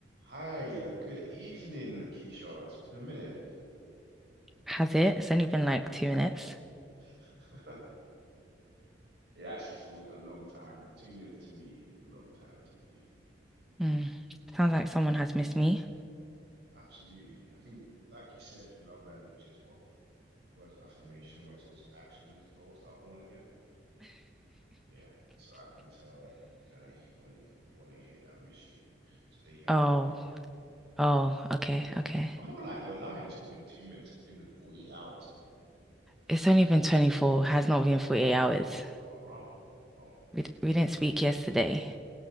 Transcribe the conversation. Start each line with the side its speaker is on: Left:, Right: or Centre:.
Right: Hi, uh, good evening, Keisha. It's been a minute.
Centre: Has it? It's only been like two minutes.
Right: <laughs> It actually feels a long time. Two minutes to me is a long time to you.
Centre: Mm. Sounds like someone has missed me. <laughs>
Right: Absolutely. I think, like you said, your love language is what? Words of affirmation, but it's also actions as well. What's the other one again? Yeah. So I can tell that you kind of want to you want to hear that I miss you. So there you have
Centre: Oh,
Right: it. I do.
Centre: oh,
Right: And It's
Centre: okay,
Right: been what?
Centre: okay.
Right: I'm not gonna lie. You're lying. It's not been two minutes. It's been 48 hours.
Centre: It's only been 24, has not been 48 hours.
Right: Oh, rah. Oh,
Centre: We
Right: maybe
Centre: d-
Right: it
Centre: we
Right: has
Centre: didn't
Right: been
Centre: speak
Right: 24.
Centre: yesterday.